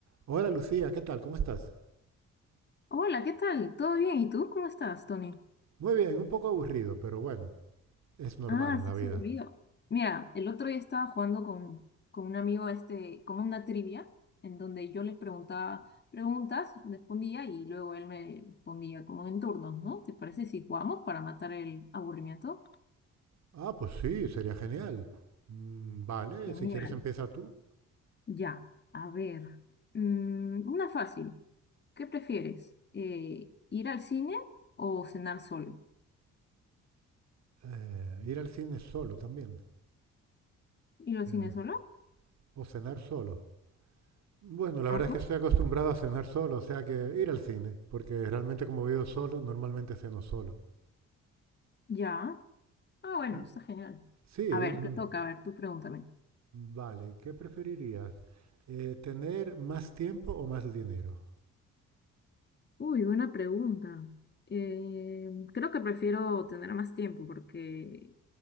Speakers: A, on the right; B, on the left.
A: Hola Lucía, ¿qué tal? ¿Cómo estás?
B: Hola, ¿qué tal? ¿Todo bien? ¿Y tú cómo estás, Tony?
A: Muy bien, un poco aburrido, pero bueno, es normal
B: Ah,
A: en
B: sí,
A: la
B: se
A: vida.
B: me olvidó. Mira, el otro día estaba jugando con, con un amigo, este, como una trivia, en donde yo les preguntaba preguntas, respondía y luego él me respondía como en turnos, ¿no? ¿Te parece si jugamos para matar el aburrimiento?
A: Ah, pues sí, sería genial. Mm, vale,
B: Genial.
A: si quieres empieza tú.
B: Ya, a ver. mm, una fácil. ¿Qué prefieres? Eh, ¿ir al cine o cenar solo?
A: Eh, ir al cine solo también.
B: ¿Ir al
A: eh,
B: cine solo?
A: o cenar solo. Bueno, la
B: Ajá.
A: verdad es que estoy acostumbrado a cenar solo, o sea que ir al cine, porque realmente como vivo solo, normalmente ceno solo.
B: Ya. Ah, bueno,
A: Y,
B: está genial.
A: sí,
B: A ver,
A: no-
B: te toca, a ver, tú pregúntame.
A: vale, ¿qué preferirías? Eh, ¿tener más tiempo o más dinero?
B: Uy, buena pregunta. Eh, creo que prefiero tener más tiempo porque,